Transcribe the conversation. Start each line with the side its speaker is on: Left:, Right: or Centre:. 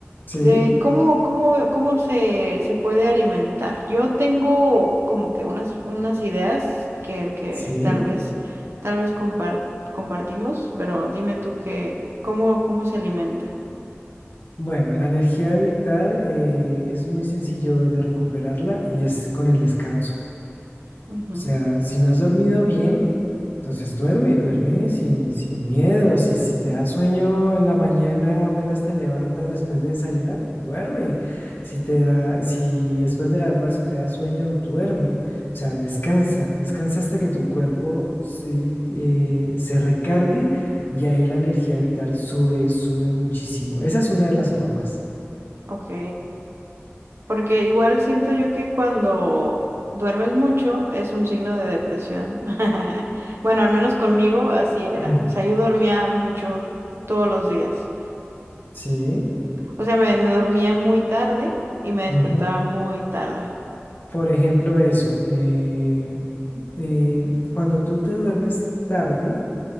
Left: sí,
Right: de ¿cómo, cómo, cómo se, se puede alimentar? Yo tengo como que unas, unas ideas que, que
Left: sí.
Right: tal vez, tal vez compar- compartimos, pero dime tú que, ¿cómo, cómo se alimenta?
Left: Bueno, la energía vital eh, es muy sencillo de recuperarla y es con el descanso.
Right: Ujú.
Left: O sea, si no has dormido bien, entonces duerme, duerme sin, sin miedo. Si, si te da sueño en la mañana, apenas te levantas después de desayunar, duerme. Si te da, si después del almuerzo te da sueño, duerme. O sea, descansa, descansa hasta que tu cuerpo se, eh, se recargue y ahí la energía vital sube, sube muchísimo. Esa es una de las formas.
Right: Ok. Porque igual siento yo que cuando duermes mucho es un signo de depresión. <laughs> Bueno, al menos conmigo así era.
Left: <clears throat>
Right: O sea, yo dormía mucho todos los días.
Left: Sí.
Right: O sea, me, me dormía muy tarde y me despertaba
Left: Ujú.
Right: muy tarde.
Left: Por ejemplo, eso. eh, eh, cuando tú te duermes tarde,